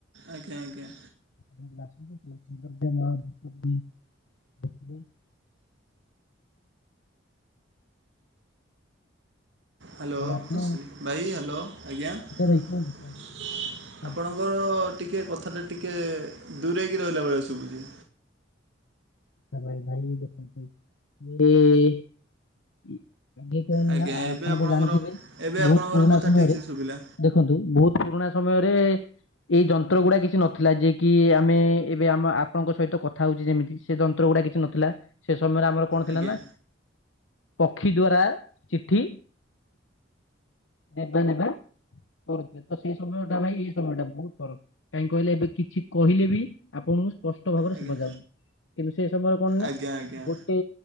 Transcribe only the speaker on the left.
<unintelligible> <inaudible>
ତାହେଲେ ଆପଣ
ଭାଇ କୁହନ୍ତୁ କୁହନ୍ତୁ କୁହନ୍ତୁ କୁହନ୍ତୁ।
<unintelligible> ଏ କଣ
ନା ଆପଣ
ତ ଜାଣିଥିବେ
ବହୁତ ପୁରୁଣା
ସମୟରେ
ଦେଖନ୍ତୁ ବହୁତ ପୁରୁଣା ସମୟରେ ଏଇ ଯନ୍ତ୍ର ଗୁଡା କିଛି ନଥିଲା। ଯିଏ କି ଆମେ ଏବେ ଆମ ଆପଣଙ୍କ ସହିତ କଥା ହଉଚି ଯେମିତି ସେ ଯନ୍ତ୍ର ଗୁଡା କିଛି ନଥିଲା ସେ ସମୟରେ ଆମର କଣ ଥିଲା
ନା ପକ୍ଷୀ ଦ୍ଵାରା ଚିଠି ଦେବା ନେବା କରୁଥେ ତ ସେଇ ସମୟଟା ଭାଇ ଏଇ ସମୟ ଟା ବହୁତ ଫରକ। କାହିଁ କହିଲେ ଏବେ କିଛି କହିଲେ ବି ଆପଣ ସ୍ପଷ୍ଟ ଭାବରେ
ଶୁଭାଯାଉନି? କିନ୍ତୁ ସେଇ ସମୟରେ କଣ ନା
ଗେ